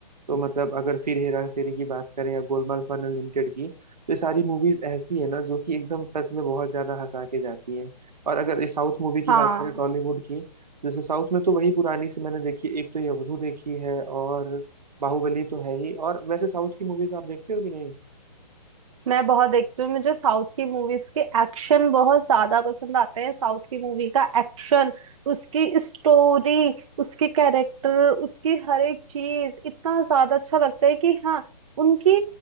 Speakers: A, on the right; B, on the right.
A: तो मतलब अगर फिर हेरा फेरी की बात करें या गोलमाल फन अनलिमिटेड की तो ये सारी मूवीज ऐसी है ना जो कि एकदम सच में बहुत ज्यादा हंसा के जाती हैं और अगर ये साउथ मूवी की
B: हाँ
A: बात करें टॉलीवुड की जैसे साउथ में तो वही पुरानी सी मैंने देखी एक तो ये अवधू देखी है और बाहुबली तो है ही और वैसे साउथ की मूवीज आप देखते हो कि नहीं
B: मैं बहुत देखती हूँ मुझे साउथ की मूवीज के एक्शन बहुत ज्यादा पसंद आते हैं साउथ की मूवी का एक्शन उसकी स्टोरी उसके कैरेक्टर उसकी हर एक चीज इतना ज्यादा अच्छा लगता है कि हाँ उनकी